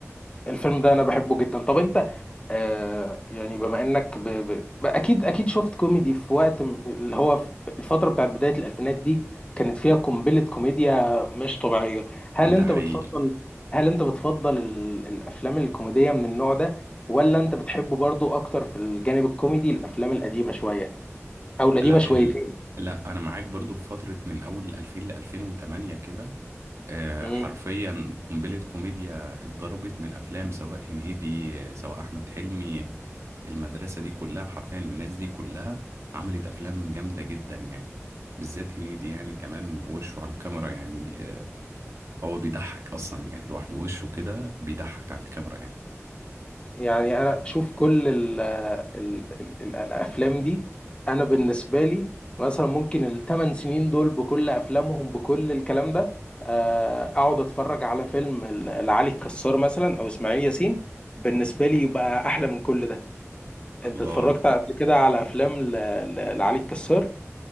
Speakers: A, on the left; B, on the right.
A: الفيلم ده انا بحبه جدا طب انت آه يعني بما انك ب... ب... ب... اكيد اكيد شفت كوميدي في وقت م- اللي هو في الفتره بتاعت بدايه الالفينات دي كانت فيها قنبله كوميديا مش طبيعيه هل
B: ده
A: انت
B: حقيقي
A: بتفضل هل انت بتفضل ال... الافلام الكوميديه من النوع ده ولا انت بتحبه برضو اكتر في الجانب الكوميدي الافلام القديمه شويه او القديمه
B: لا
A: شويتين
B: ال... لا انا معاك برضو في فترة من اول 2000 ل 2008 كده آه،
A: مم.
B: حرفيا قنبلة كوميديا اتضربت من افلام سواء هنيدي آه، سواء احمد حلمي المدرسة دي كلها حرفيا الناس دي كلها عملت افلام جامدة جدا يعني بالذات هنيدي يعني كمان وشه على الكاميرا يعني آه، هو بيضحك اصلا يعني لوحده وشه كده بيضحك على الكاميرا يعني
A: يعني انا شوف كل ال ال ال ال الافلام دي انا بالنسبه لي مثلا ممكن الثمان سنين دول بكل افلامهم بكل الكلام ده آه، اقعد اتفرج على فيلم ال- لعلي الكسار مثلا او اسماعيل ياسين بالنسبه لي يبقى احلى من كل ده انت
B: الله
A: اتفرجت قبل كده على افلام ل- ل- لعلي الكسار